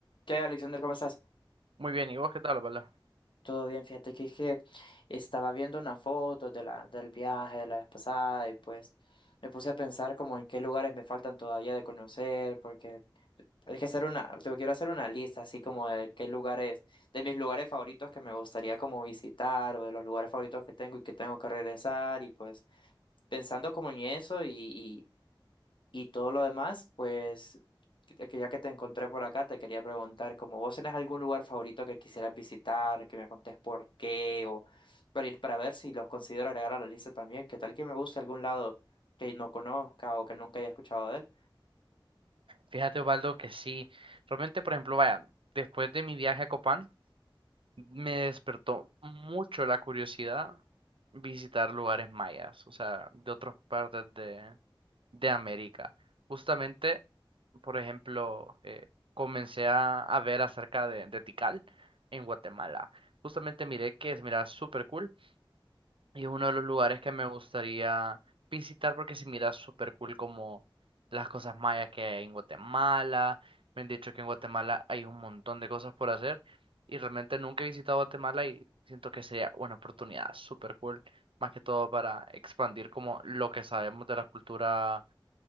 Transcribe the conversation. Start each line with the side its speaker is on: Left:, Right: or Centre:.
Left: ¿Qué hay, Alexander? ¿Cómo estás?
Right: Muy bien, ¿y vos qué tal, Osvaldo?
Left: Todo bien, fíjate que, que estaba viendo una foto de la, del viaje de la vez pasada y pues me puse a pensar como en qué lugares me faltan todavía de conocer, porque hay que hacer una, te quiero hacer una lista así como de qué lugares, de mis lugares favoritos que me gustaría como visitar o de los lugares favoritos que tengo y que tengo que regresar y pues pensando como en eso y, Y todo lo demás, pues, que que ya que te encontré por acá, te quería preguntar, como vos tenés algún lugar favorito que quisieras visitar, que me contés por qué, o para ir para ver si los considero agregar a la lista también, que tal que me guste algún lado que no conozca o que nunca haya escuchado de él.
Right: Fíjate, Osvaldo, que sí. Realmente, por ejemplo, vaya, después de mi viaje a Copán, me despertó mucho la curiosidad visitar lugares mayas, o sea, de otras partes de, de América. Justamente, por ejemplo, eh, comencé a, a ver acerca de, de Tikal en Guatemala. Justamente miré que es, mira, súper cool. Y es uno de los lugares que me gustaría visitar porque se mira súper cool como las cosas mayas que hay en Guatemala. Me han dicho que en Guatemala hay un montón de cosas por hacer y realmente nunca he visitado Guatemala y siento que sería una oportunidad súper cool, más que todo para expandir como lo que sabemos de la cultura